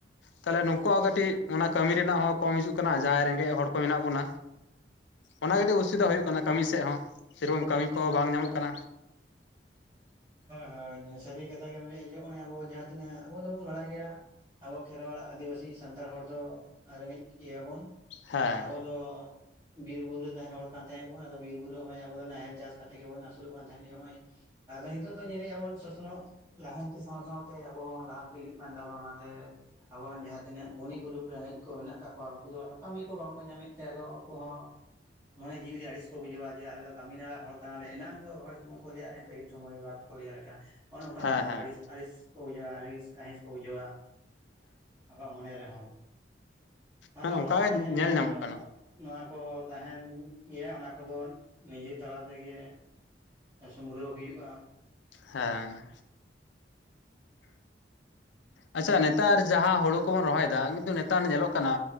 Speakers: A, on the left; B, on the right.
A: ᱛᱟᱦᱚᱞᱮ ᱱᱩᱠᱩᱣᱟᱜ ᱠᱟᱹᱴᱤᱡ ᱚᱱᱟ ᱠᱟᱹᱢᱤ ᱨᱮᱱᱟᱜ ᱦᱚᱸ ᱠᱚᱢ ᱦᱤᱡᱩᱜ ᱠᱟᱱᱟ ᱡᱟᱦᱟᱸᱭ ᱨᱮᱸᱜᱮᱡᱽ ᱦᱚᱲ ᱠᱚ ᱢᱮᱱᱟᱜ ᱵᱚᱱᱟ᱾ ᱚᱱᱟ ᱠᱟᱹᱴᱤᱡ ᱚᱥᱩᱵᱤᱫᱟ ᱦᱩᱭᱩᱜ ᱠᱟᱱᱟ ᱠᱟᱹᱢᱤ ᱥᱮᱫ ᱦᱚᱸ ᱥᱮᱨᱚᱠᱚᱢ ᱠᱟᱹᱢᱤ ᱠᱚᱦᱚᱸ ᱵᱟᱝ ᱧᱟᱢᱚᱜ ᱠᱟᱱᱟ᱾
B: ᱦᱳᱭ ᱦᱳᱭ ᱥᱟᱹᱨᱤ ᱠᱟᱛᱷᱟ ᱜᱮᱢ ᱞᱟᱹᱭ ᱱᱚᱭ ᱟᱵᱚ ᱡᱟᱦᱟᱸ ᱛᱤᱱᱟᱹᱜ ᱟᱵᱚ ᱫᱚᱵᱚᱱ ᱵᱟᱲᱟᱭ ᱜᱮᱭᱟ ᱟᱵᱚ ᱠᱷᱮᱨᱣᱟᱞ ᱟᱹᱫᱤᱵᱟᱹᱥᱤ ᱥᱟᱱᱛᱟᱲ ᱦᱚᱲ ᱫᱚ ᱨᱮᱸᱜᱮᱡᱽ ᱜᱮᱭᱟ ᱵᱚᱱ
A: ᱦᱮᱸ
B: ᱟᱵᱚ ᱫᱚ ᱵᱤᱨ ᱵᱩᱨᱩ ᱨᱮ ᱛᱟᱦᱮᱱ ᱦᱚᱲ ᱠᱟᱱ ᱛᱟᱦᱮᱸᱜ ᱵᱚᱱᱟ ᱵᱤᱨ ᱵᱩᱨᱩ ᱱᱚᱭ ᱟᱵᱚ ᱱᱟᱦᱮᱞ ᱪᱟᱥ ᱠᱟᱛᱮ ᱜᱮ ᱵᱚᱱ ᱟᱹᱥᱩᱞᱚᱜ ᱠᱟᱱ ᱛᱟᱦᱮᱸᱫ ᱱᱚᱭ ᱟᱫᱚ ᱱᱤᱛᱚᱜ ᱫᱚ ᱧᱮᱞᱮᱜ ᱟ ᱵᱚᱱ ᱥᱚᱥᱱᱚᱜ ᱞᱟᱦᱟᱱᱛᱤ ᱥᱟᱶ ᱥᱟᱶᱛᱮ ᱟᱵᱚ ᱦᱚᱸ ᱞᱟᱦᱟᱱᱛᱤ ᱦᱩᱭᱩᱜ ᱠᱟᱱ ᱛᱟᱵᱚᱱᱟ ᱚᱱᱟᱛᱮ ᱟᱵᱚᱨᱮᱱ ᱡᱟᱦᱟᱸ ᱛᱤᱱᱟᱹᱜ ᱜᱩᱱᱤ ᱜᱩᱨᱩᱤ ᱨᱮᱸᱜᱮᱡ ᱠᱚ ᱢᱮᱱᱟᱜ ᱟᱠᱟᱫ ᱠᱚᱣᱟ ᱩᱱᱠᱩ ᱫᱚ ᱠᱟᱹᱢᱤ ᱠᱚ ᱵᱟᱝᱠᱚ ᱧᱟᱢᱮᱫ ᱛᱮ ᱟᱫᱚ ᱩᱱᱠᱩ ᱦᱚᱸ ᱢᱚᱱᱮ ᱡᱤᱣᱤ ᱨᱮ ᱟᱹᱲᱤᱥ ᱵᱩᱡᱷᱟᱹᱣᱟ ᱡᱮ ᱟᱞᱮ ᱫᱚ ᱠᱟᱹᱢᱤ ᱱᱟ ᱦᱚᱲ ᱠᱟᱱᱟᱞᱮ ᱮᱱᱟᱝ ᱫᱚ ᱨᱚᱦᱚᱭ ᱥᱚᱢᱚᱭ ᱠᱚ ᱞᱟᱹᱭᱟᱞᱮ ᱤᱨ ᱥᱚᱢᱚᱭ ᱵᱟ ᱠᱚ ᱞᱟᱹᱭᱟᱞᱮ ᱠᱟᱱᱟ᱾ ᱦᱚᱸᱜ ᱱᱚᱝᱠᱟ
A: ᱦᱮᱸ
B: ᱢᱤᱫᱴᱟᱱ
A: ᱦᱮᱸ
B: ᱠᱟᱹᱲᱤᱥ ᱟᱹᱲᱤᱥ ᱠᱚ ᱵᱩᱡᱷᱟᱹᱣᱟ ᱟᱹᱲᱤᱥ ᱠᱟᱹᱦᱥ ᱠᱚ ᱵᱩᱡᱷᱟᱹᱣᱟ᱾ ᱟᱠᱚᱣᱟᱜ ᱢᱚᱱᱮ ᱨᱮᱦᱚᱸ ᱟᱫᱚ
A: ᱦᱮᱸ ᱚᱱᱠᱟ
B: ᱚᱱᱟ ᱫᱚ ᱛᱟᱦᱮᱱ
A: ᱜᱮ ᱧᱮᱞ
B: ᱜᱮᱭᱟ
A: ᱧᱟᱢᱚᱜ
B: ᱟᱫᱚ
A: ᱠᱟᱱᱟ
B: ᱱᱚᱣᱟ ᱠᱚ ᱛᱟᱦᱮᱱ ᱜᱮᱭᱟ ᱚᱱᱟ ᱠᱚᱫᱚ ᱱᱤᱡᱮ ᱛᱟᱞᱟ ᱛᱮᱜᱮ ᱥᱩᱢᱨᱟᱹ ᱦᱩᱭᱩᱜᱼᱟ᱾
A: ᱦᱮᱸ᱾ ᱟᱪᱪᱷᱟ ᱱᱮᱛᱟᱨ ᱡᱟᱦᱟᱸ ᱦᱩᱲᱩ ᱠᱚᱵᱚᱱ ᱨᱚᱦᱚᱭ ᱫᱟ ᱠᱤᱱᱛᱩ ᱱᱮᱛᱟᱨ ᱧᱮᱞᱚᱜ ᱠᱟᱱᱟ